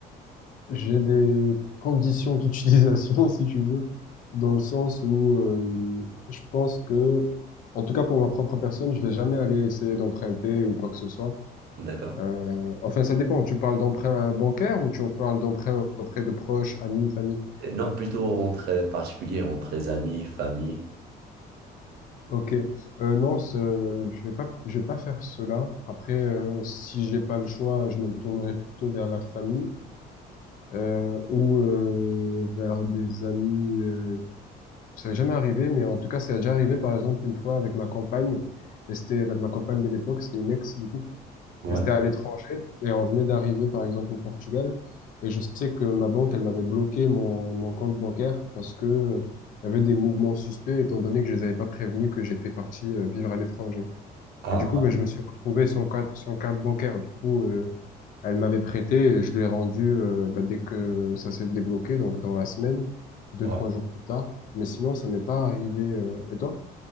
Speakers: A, on the left; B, on the right.
A: j'ai des conditions d'utilisation, <laughs> si tu veux, dans le sens où euh, je pense que, en tout cas pour ma propre personne, je vais jamais aller essayer d'emprunter ou quoi que ce soit.
B: D'accord?
A: Euh, enfin, ça dépend. Tu parles d'emprunt bancaire ou tu en parles d'emprunt auprès de proches, amis, famille?
B: Et Non, plutôt entre euh, particuliers, entre les amis, famille.
A: Ok. Euh, non, ce- je vais pas, je vais pas faire cela. Après, euh, si j'ai pas le choix, je me tournerai plutôt vers la famille. euh, ou euh, vers des amis. euh, ça n'est jamais arrivé, mais en tout cas, ça a déjà arrivé, par exemple, une fois avec ma compagne. Et c'était la- ma compagne de l'époque, c'était une ex, du coup.
B: Ouais.
A: Mais c'était à l'étranger. Et on venait d'arriver, par exemple, au Portugal. Et je sais que ma banque, elle m'avait bloqué mon, mon compte bancaire parce que euh, il y avait des mouvements suspects, étant donné que je les avais pas prévenus que j'étais parti euh, vivre à l'étranger.
B: Ah.
A: Et du coup, ben, je me suis retrouvé sans carte, sans carte bancaire. Du coup, euh, elle m'avait prêté et je l'ai rendu euh, ben, dès que ça s'est débloqué, donc dans la semaine, deux,
B: Ouais.
A: trois jours plus tard. Mais sinon, ça m'est pas arrivé. euh, Et toi?